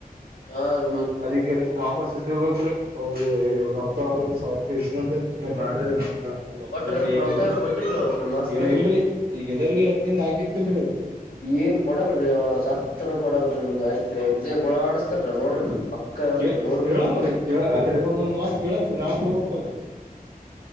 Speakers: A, on the left; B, on the right.
A: ಹಾ ರೀ
B: ಅದಕ್ಕೆೇ ವಾಪಸ್ ರ್ಬೇಕ್ರೀ ಅವು ರೊಕ್ಕ ಆಗ ಸಾವರ ರೂಪಾಯಿ ಇಸ್ಂದ್ರ ಸುಮಾ ಬ್ಯಾಡ್ರಿ ನಾ ಹಲ್ರಿ
A: ಕೊಟ್ರೇನ್ರಿ
B: ಏನ್
A: ರೊಕ್ಕ
B: ಇಲ್ರಿ
A: ಕೊಟ್ಟಿಲ್ರಿ ಅವ್ರು ನಿಮ್ ಮಾಸ್ತರ್
B: ಏನ ಇಲ್ರರಿ ಈಗಿಿಂದ ಗಡ ಹಚ್ಚಿಂದ ಹಾಕಿತ್ತನ್ೀ
A: ಏನ್ ಕೊಡಲ್ರರಿ ಸತ್ರ ಕೊಡಲ್ರಿ ನಿಮ್ಗೆ ಆಯ್ತ ಇ ಆಡಸ್ತಾರ ನೋಡ್ರಿ ನೀವ್ ಪಕ್ಕ ಹೇಳ್ತನ್
B: ಕೆ
A: ನೂರಕ್
B: ಕೇಳಮ್ಮ್ರರಿ
A: ನೂರ್ ಪರ್ಸೆಂಟ್
B: ಕೇಳ ಆಲ್ರೆಡಿ ಒಂದೊಂದ್ ಮಾತ್ ಕೇಳಂರೇ ನಾವವು ಕೂಡ್ಬೇಕಲ್ರಿ